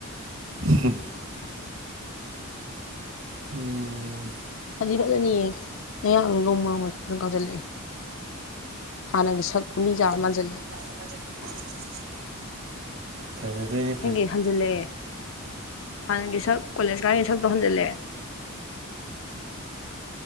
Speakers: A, on the right; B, on the left.
A: ꯍꯨꯝ ꯎꯝ
B: ꯐꯗꯤ ꯐꯖꯅꯤꯌꯦ ꯅꯌꯥꯡꯖꯨ ꯅꯣꯡ ꯅꯣꯡꯃꯩ ꯁꯨꯝ ꯀꯪꯖꯜꯂꯛꯑꯦ ꯍꯥꯟꯅꯒꯤ ꯁꯛ ꯒꯨꯂꯤ ꯆꯥ ꯃꯥꯟꯖꯜꯂꯛꯑꯦ
A: ꯉꯥꯟꯖꯟ <inaudible> ꯐꯖꯗꯣꯏꯅꯦ
B: ꯅꯪꯒꯤ ꯍꯟꯖꯜꯂꯦ ꯍꯥꯟꯅꯒꯤ ꯁꯛ ꯀꯣꯂꯦꯖ ꯀꯥꯏꯒꯤ ꯁꯛꯇꯣ ꯍꯟꯖꯜꯂꯦ